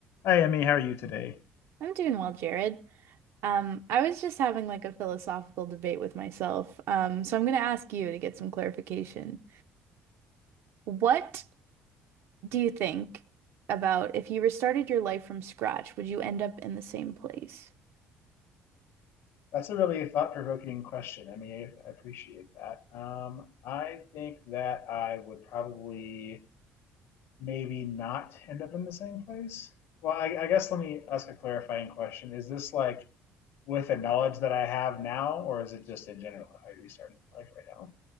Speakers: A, on the left; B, on the right.
A: Hi, Emmy. How are you today?
B: I'm doing well, Jared. Um, I was just having like a philosophical debate with myself. Um, so I'm going to ask you to get some clarification. What do you think about if you restarted your life from scratch, would you end up in the same place?
A: That's a really thought-provoking question. I mean, I appreciate that. Um, I think that I would probably maybe not end up in the same place. Well, I, I guess let me ask a clarifying question. Is this like with the knowledge that I have now, or is it just in general if I restart my life right